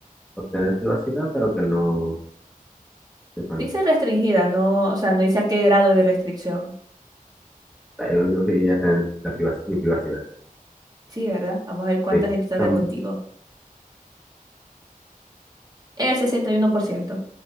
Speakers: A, in the centre; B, on the right.
A: Obtener privacidad, pero que no sepan.
B: Dice restringida, no, o sea, no dice a qué grado de restricción.
A: Yo creo que iría con la privac- mi privacidad.
B: Sí, ¿verdad? Vamos a ver cuánta
A: Sí.
B: gente está
A: Tam-
B: de contigo. El sesenta y uno por ciento